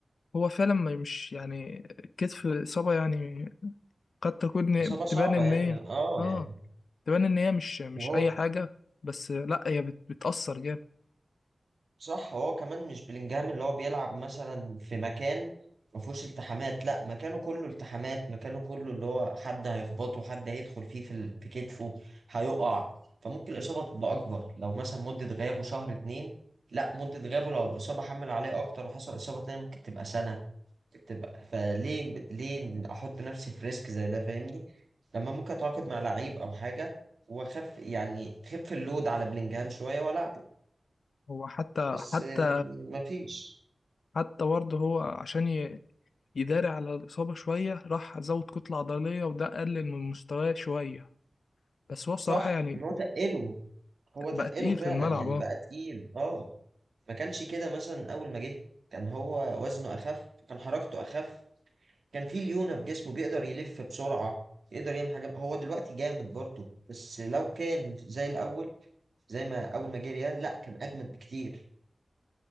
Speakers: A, on the left (about 90°); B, on the right (about 85°).
A: هو فعلا ما مش يعني كتف الإصابة يعني قد تكون
B: اصابه صعبه
A: تبان ان
B: يعني
A: هي
B: اه
A: اه
B: يعني
A: تبان ان هي مش مش
B: وهو
A: اي حاجة بس لا هي بت- بتأثر جامد
B: صح هو كمان مش بلينجهام اللي هو بيلعب مثلا في مكان ما فيهوش التحامات لا مكانه كله التحامات مكانه كله اللي هو حد هيخبطه حد هيدخل فيه في ال- في كتفه هيقع فممكن الإصابة تبقى أكبر لو مثلا مدة غيابه شهر اتنين لا مدة غيابه لو الإصابة حمل عليه أكتر وحصل إصابة تانية ممكن تبقى سنة تبقى فليه ليه أحط نفسي في ريسك زي ده فاهمني لما ممكن أتعاقد مع لعيب أو حاجة وأخف يعني خف اللود على بلينجهام شوية ولا
A: هو حتى
B: بس
A: حتى
B: يعني مفيش
A: حتى برضه هو عشان ي- يداري على الإصابة شوية راح زود كتلة عضلية وده قلل من مستواه شوية بس هو بصراحة
B: صح
A: يعني
B: ان هو تقله هو تقله
A: بقى تقيل
B: فعلا
A: في الملعب
B: يعني
A: اه
B: بقى تقيل اه ما كانش كده مثلا اول ما جه كان هو وزنه اخف كان حركته اخف كان فيه ليونة في جسمه بيقدر يلف بسرعة يقدر يعمل حاجة هو دلوقتي جامد برضه بس لو كان زي الاول زي ما اول ما جه ريال لا كان اجمد بكتير